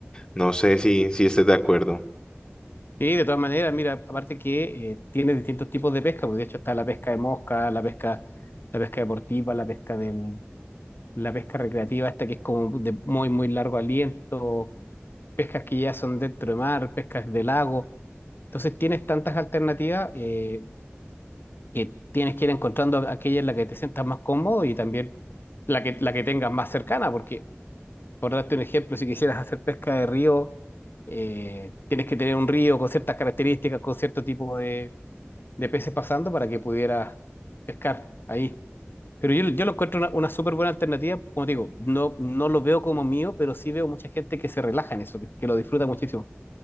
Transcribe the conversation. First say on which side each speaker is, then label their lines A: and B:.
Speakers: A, on the left; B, on the left.
A: no sé si, si estés de acuerdo.
B: Sí, de todas maneras, mira, aparte que eh, tiene distintos tipos de pesca, pues de hecho está la pesca de mosca, la pesca, la pesca deportiva, la pesca del, la pesca recreativa, esta que es como de muy, muy largo aliento, pescas que ya son dentro de mar, pescas de lago. Entonces tienes tantas alternativas eh, que tienes que ir encontrando aquella en la que te sientas más cómodo y también la que, la que tengas más cercana, porque por darte un ejemplo, si quisieras hacer pesca de río, eh, tienes que tener un río con ciertas características, con cierto tipo de de peces pasando para que pudiera pescar ahí. Pero yo, yo lo encuentro una, una súper buena alternativa. Como te digo, no, no lo veo como mío, pero sí veo mucha gente que se relaja en eso, que, que lo disfruta muchísimo.